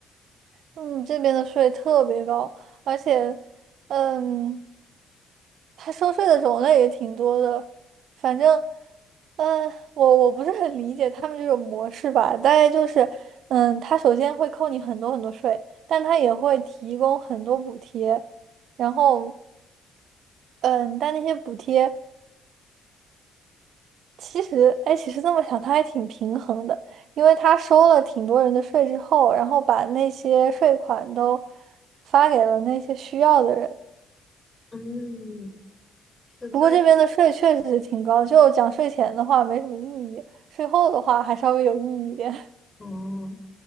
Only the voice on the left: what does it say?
嗯，是这样。
哦，